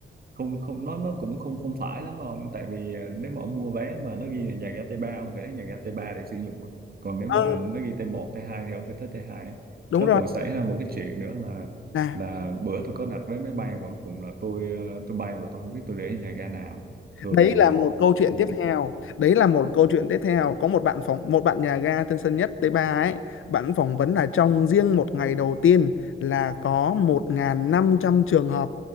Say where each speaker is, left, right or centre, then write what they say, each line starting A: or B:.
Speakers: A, on the right (about 50°); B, on the left (about 80°).
A: không không nó nó cũng không không phải lắm ông tại vì à, nếu mà ông mua vé mà nó ghi là nhà ga t ba ông phải đến nhà ga t ba để sử dụng mà. còn nếu
B: Ờ,
A: mà nó ghi t một t hai thì ông phải tới t hai á.
B: đúng
A: nó
B: rồi
A: còn xảy ra một cái chuyện nữa là
B: là
A: là bữa tôi có đặt vé máy bay mà cuối cùng là tôi ờ, tôi bay mà tôi không biết tôi để ở nhà ga nào thường
B: đấy là
A: là
B: một câu chuyện
A: ừ,
B: tiếp theo đấy là một câu chuyện tiếp theo có một bạn phỏng một bạn nhà ga Tân Sơn Nhất t ba ấy bạn phỏng vấn là trong riêng một ngày đầu tiên là có 1.500 trường hợp